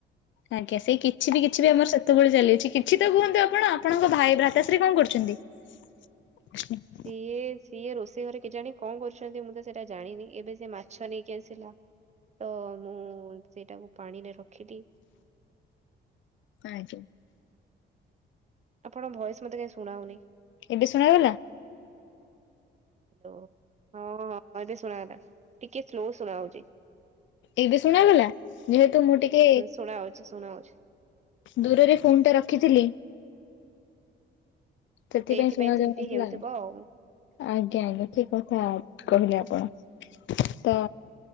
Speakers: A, on the left; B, on the right.
A: ଆଜ୍ଞା ସେଇ କିଛି ବି କିଛି ବି ଆମର ସେତେବେଳୁ ଚାଲି ଅଛି କିଛି ତ କୁହନ୍ତୁ ଆପଣ ଆପଣଙ୍କ ଭାଇ ଭ୍ରାତାଶ୍ରୀ କଣ କରୁଛନ୍ତି?
B: ହ <inaudible>
A: <unintelligible>
B: ସିଏ ସିଏ ରୋଷେଇ ଘରେ କେଜାଣି କଣ କରୁଛନ୍ତି ମୁଁ ତ ସେଇଟା ଜାଣିନି ଏବେ ସେି ମାଛ ନେଇକି ଆସିଲା। ତ ମୁଁ ସେଇଟାକୁ ପାଣିରେ ରଖିଲି।
A: ଆଜ୍ଞା।
B: ଆପଣ ଭଏସ ମତେ କାହିଁ ଶୁଣାଯାଉନି।
A: ଏବେ ଶୁଣାଗଲା?
B: ହ୍ୟାଲୋ ହଁ ହଁ ଏବେ ଶୁଣ ଗଲା ଟିକେ ସ୍ଲୋ ଶୁଣା ହଉଚି।
A: ଏବେ ଶୁଣାଗଲା ଯେହେତୁ ମୁଁ ଟିକେ
B: ଶୁଣାଉଚି ଶୁଣାଉଚି।
A: ଦୂରରେ ଫୋନ୍ ଟା ରଖିଥିଲି। ସେଥିପାଇଁ
B: ସେଇଥିପାଇଁ
A: ଶୁଣାଯାଉ
B: ସେମିତି
A: ନଥିଲା।
B: ହେଉଥିବ ଆଉ
A: ଆଜ୍ଞା ଆଜ୍ଞା ଠିକ କଥା କହିଲେ ଆପଣ ତ